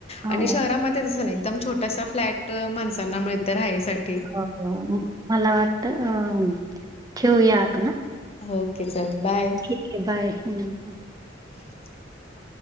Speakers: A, on the right (about 20°); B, on the left (about 30°).
A: हो
B: आणि शहरामध्ये तसं नाय एकदम छोटासा फ्लॅट माणसांना मिळतं राहायसाठी
A: हो मला वाटतं अ ठेऊया आपण
B: ओके चल बाय
A: ठीकय बाय हं
B: <inaudible>